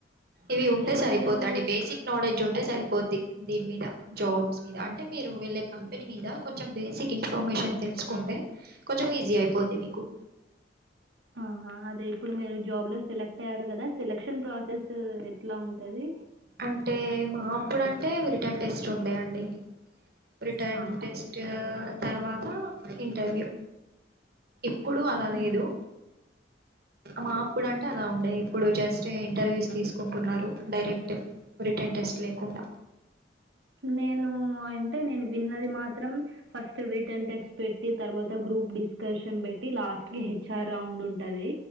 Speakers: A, on the right; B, on the right.
A: ఇవి ఉంటే
B: ఇప్పుడు
A: సరిపోదండి
B: మీరు
A: బేసిక్ నాలెడ్జ్ ఉంటే సరిపోద్ది దీని మీద జాబ్స్ మీద అంటే మీరు వెళ్ళే కంపెనీ మీద కొంచెం బేసిక్ ఇన్ఫర్మేషన్ తెలుసుకుంటే కొంచెం ఈజీ అయిపోద్ది మీకు
B: ఆహా అదే ఇప్పుడు మీరు జాబ్ లో సెలెక్ట్ అయ్యారు కదా సెలెక్షన్ ప్రాసెస్ ఎట్లా ఉంటది
A: అంటే మా అప్పుడు అంటే రిటర్న్ టెస్ట్ ఉండేయండి రిటర్న్
B: ఆహా
A: టెస్ట్ తర్వాత ఇంటర్వ్యూ ఎప్పుడు అలా
B: ఉమ్.
A: లేదు మా అప్పుడు అంటే అలా ఉండే ఇప్పుడు జస్ట్ ఇంటర్వ్యూస్ తీసుకుంటున్నారు డైరెక్ట్ రిటర్న్ టెస్ట్ లేకుండా
B: నేను అంటే నేను విన్నది మాత్రం ఫస్ట్ రీటర్న్ టెస్ట్ పెట్టి తర్వాత గ్రూప్ డిస్కషన్ పెట్టి లాస్ట్ క హెచ్ఆర్ రౌండ్ ఉంటంది